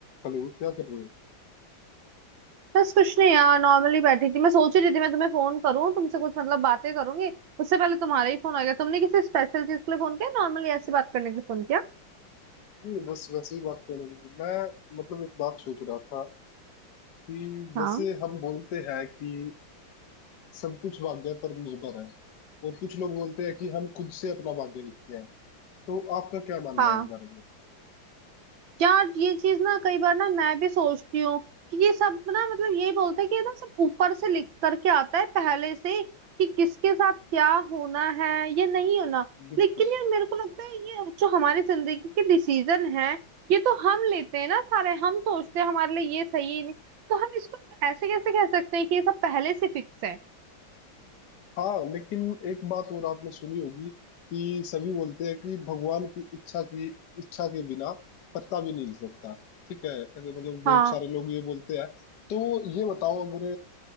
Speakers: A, on the left (about 60°); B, on the right (about 75°).
A: Hello क्या कर रहे हो
B: बस कुछ नहीं यार नॉर्मली बैठी थी मैं सोच ही रही थी मैं तुम्हें फोन करूं तुमसे कुछ मतलब बातें करूंगी उससे पहले तुम्हारा ही फोन आ गया तुमने किसी स्पेशल चीज के लिए फोन किया नॉर्मली ऐसी बात करने के लिए फोन किया
A: नहीं बस वैसे ही बात करने लगी मैं मतलब एक बात सोच रहा था कि
B: हाँ
A: जैसे हम बोलते हैं कि सब कुछ भाग्य पर निर्भर है और कुछ लोग बोलते हैं कि हम खुद से अपना भाग्य लिखते हैं तो आपका क्या मानना
B: हाँ
A: है इस बारे में
B: यार ये चीज ना कई बार ना मैं भी सोचती हूँ कि ये सब ना मतलब यही बोलते हैं कि ये ना सब ऊपर से लिख करके आता है पहले से ही कि किसके साथ क्या होना है या नहीं होना
A: बिल्कुल
B: लेकिन यार मेरे को लगता है ये जो हमारी जिंदगी के डिसीजन है ये तो हम लेते हैं ना सारे हम सोचते हैं हमारे लिए ये सही है नहीं तो हम इसको ऐसे कैसे कह सकते हैं कि ये सब पहले से फिक्स है
A: हाँ लेकिन एक बात और आपने सुनी होगी कि सभी बोलते हैं कि भगवान की इच्छा की इच्छा के बिना पत्ता भी नहीं हिल सकता ठीक है अगर मतलब बहुत
B: हाँ
A: सारे लोग ये बोलते हैं तो ये बताओ अगर